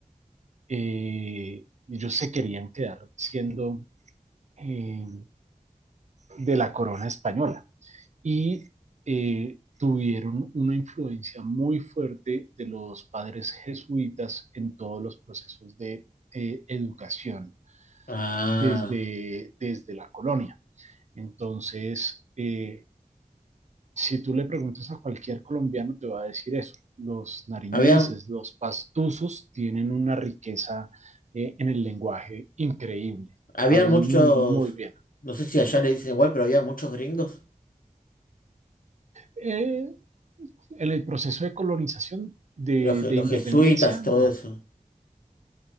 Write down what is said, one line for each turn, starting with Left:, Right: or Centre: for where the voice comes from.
Right: Eh, ellos se querían quedar siendo eh, de la corona española y eh, tuvieron una influencia muy fuerte de los padres jesuitas en todos los procesos de eh, educación
Left: ah.
Right: desde, desde la colonia. Entonces, eh, Si tú le preguntas a cualquier colombiano, te va a decir eso. Los nariñenses,
Left: Había,
Right: los pastusos, tienen una riqueza eh, en el lenguaje increíble.
Left: había
Right: Hablan
Left: muchos,
Right: muy, muy bien.
Left: no sé si allá le dicen igual, pero había muchos gringos.
Right: Eh, en el proceso de colonización, de,
Left: Los, je-
Right: de
Left: los
Right: independencia,
Left: jesuitas y todo
Right: no.
Left: eso.